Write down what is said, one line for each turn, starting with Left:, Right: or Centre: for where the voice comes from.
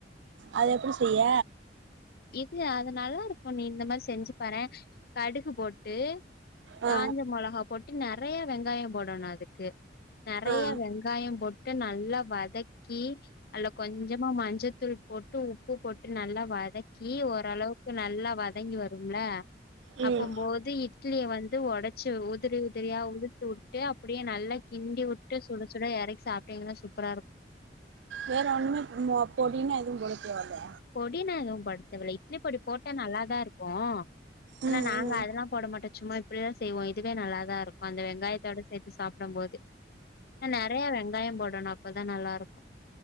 Right: அது எப்டி செய்ய
Left: இது அது நல்லா இருக்கு நீ இந்த மாரி செஞ்சு பாரே கடுகு போட்டு
Right: ஆ
Left: காஞ்ச மொளகா போட்டு நெறைய வெங்காய போடணு அதுக்கு நெறையா
Right: ஆ
Left: வெங்காய போட்டு நல்லா வதக்கி அதுல கொஞ்சமா மஞ்சத்தூள் போ போட்டு உப்பு போட்டு நல்லா வதக்கி ஓரளவுக்கு நல்லா வதங்கி வரும்ல
Right: ம்
Left: அப்பம்போது இட்லிய வந்து ஒடச்சு உதிரி உதிரியா உதுத்துவுட்டு அப்டியே நல்லா கிண்டி உட்டு சுட சுட எறக்கி சாப்ட்டீங்கனா சூப்பரா இருக்கு
Right: வேற ஒன்னுமே இந்த பொடின்னா எதுவு போடக்கூடாதுல
Left: பொடினா எதுவு போடத்தேவல்ல இட்லிப் பொடி போட்டா நல்லாதா இருக்கு ஆனா
Right: ம்
Left: நாங்க
Right: ம்
Left: அதெல்லா போட மாட்டோ சும்மா இப்டிதா செய்வோ இதுவே நல்லாதா இருக்கு அந்த வெங்காயத்தோட சேத்து சாப்டம் போது ஆ நெறையா வெங்காய போடணு அப்பதா நல்லாருக்கு